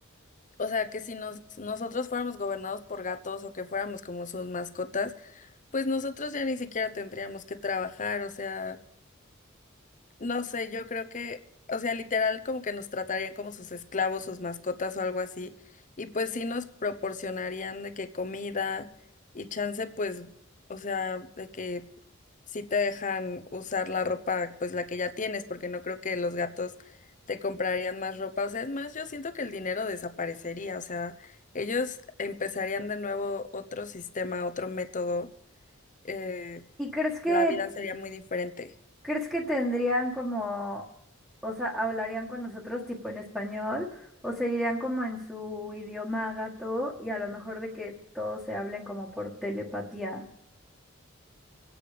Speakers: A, on the left; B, in the centre.
A: o sea, que si nos, nosotros fuéramos gobernados por gatos o que fuéramos como sus mascotas, pues nosotros ya ni siquiera tendríamos que trabajar, o sea, No sé, yo creo que, o sea, literal como que nos tratarían como sus esclavos, sus mascotas o algo así, y pues sí nos proporcionarían de que comida y chance, pues, o sea, de que sí te dejan usar la ropa, pues la que ya tienes, porque no creo que los gatos te comprarían más ropa, o sea, es más, yo siento que el dinero desaparecería, o sea, ellos empezarían de nuevo otro sistema, otro método, eh,
B: ¿Y crees que
A: la vida sería muy diferente.
B: ¿Crees que tendrían como, o sea, hablarían con nosotros tipo en español o seguirían como en su idioma gato y a lo mejor de que todos se hablen como por telepatía?